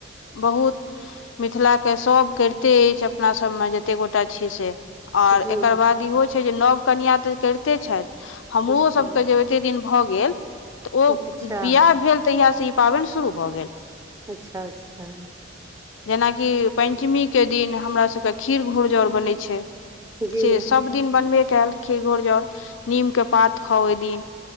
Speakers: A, on the left; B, on the right.
A: बहुत मिथिलाके सभ करिते अछि अपनासभमे जते गोटा छी से आओर
B: जी
A: एकर बाद इहो छै जे नव कनिआँ तऽ करिते छथि हमरो
B: जी
A: सबके जे एते दिन भ गेल त ओ
B: अच्छा
A: बियाह भेल तहिया से ई पाबनि शुरू भ गेल
B: अच्छा अच्छा
A: जेनाकि पंचमी के दिन हमरा सबके खीर घुर जौर बनै छै
B: जी
A: से सब दिन बनबे कैल खीर घोर जौर नीम के पात खाउ ओइ दिन